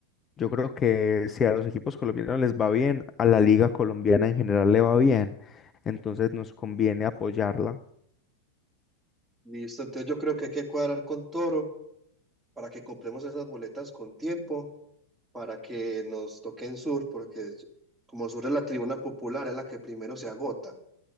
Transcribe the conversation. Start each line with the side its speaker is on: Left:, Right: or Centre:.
Left: Yo creo que si a los equipos colombianos les va bien, a la liga colombiana en general le va bien. Entonces nos conviene apoyarla,
Right: Listo, entonces yo creo que hay que cuadrar con Toro para que compremos esas boletas con tiempo para que nos toquen Sur, porque es- como Sur es la tribuna popular, es la que primero se agota.